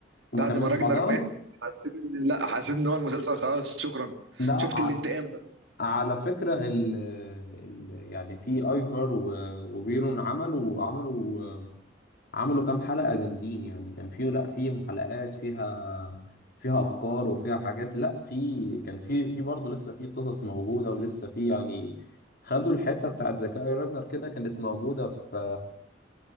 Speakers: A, on the left (about 55°); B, on the right (about 85°).
A: وما
B: بعد
A: كملش
B: ما راجنر
A: بعدها
B: مات حسيت ان لا حسيت ان هو المسلسل خلاص شكرا
A: لا
B: شفت الانتقام بس
A: على فكرة ال ال يعني في ايفر و- وبيرون عملوا عملوا عملوا كام حلقة جامدين يعني كان في لا في حلقات فيها فيها افكار وفيها حاجات لا في كان في في برضه لسه في قصص موجودة ولسه في يعني خدوا الحتة بتاعت ذكاء راجنر كده كانت موجودة في